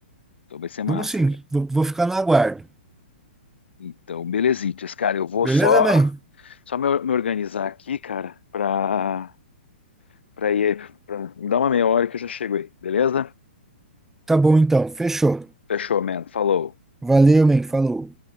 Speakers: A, on the left; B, in the centre.
A: Então vai ser massa,
B: Vamos sim,
A: cara.
B: vou, vou ficar no aguardo.
A: Então, belezitas, cara. Eu vou
B: Beleza,
A: só,
B: man?
A: só me, me organizar aqui, cara, pra, pra ir, pra, me dar uma meia hora que eu já chego aí, beleza?
B: Tá bom então, fechou.
A: Fechou, man. Falou.
B: Valeu, man, falou.